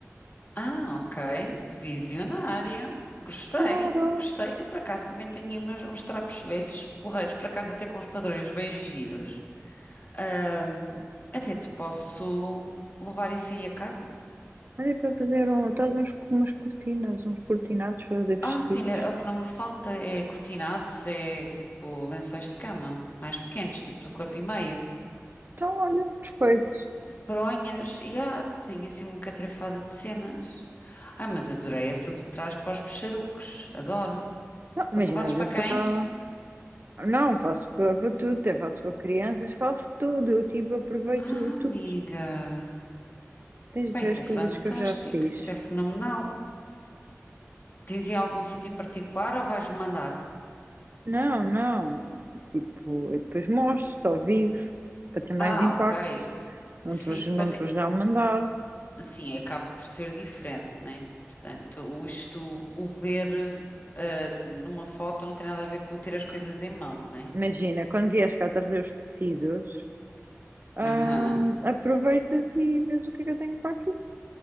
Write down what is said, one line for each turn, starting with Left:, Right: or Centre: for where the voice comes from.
Left: Ah, ok. Visionária. Gostei,
Right: Claro!
Left: gostei. E por acaso, também tenho umas- uns trapos velhos, porreiros, por acaso, até com os padrões bem giros. Ahm, até te posso levar isso aí a casa.
Right: Olha para fazer um, traz uns, umas cortinas, uns cortinados para fazer vestidos.
Left: Ah, filha, é o que não me falta é cortinados, é tipo lençóis de cama, mais pequenos, tipo do corpo e meio.
Right: Então, olha, perfeito.
Left: Fronhas, e ah, tinha assim uma catrefada de cenas. Ai, mas adorei essa do trás para os peixarucos, adoro.
Right: Não, imagina,
Left: Só só fazes
Right: às
Left: para
Right: vezes
Left: cães?
Right: há. Não, faço para, para tudo, até faço para crianças, faço tudo. Eu tipo aproveito
Left: Ah, amiga.
Right: tudo. Tens
Left: Pá,
Right: de
Left: isso
Right: ver as coisas
Left: é fantástico,
Right: que eu já fiz.
Left: isso é fenomenal. Tens aí algum sítio particular ou vais mandar?
Right: Não, não. Tipo, eu depois mostro ao vivo para ter mais
Left: Ah,
Right: impacto.
Left: ok.
Right: Não
Left: Sim,
Right: te vou,
Left: para
Right: não
Left: te-
Right: te vou já mandar.
Left: sim, acaba por ser diferente, né? Portanto, o isto, o ver eh, numa foto não tem nada a ver com ter as coisas em mão, né?
Right: Imagina, quando vieres cá trazer os tecidos, hum,
Left: Aham.
Right: aproveitas e vês o que é que eu tenho para aqui.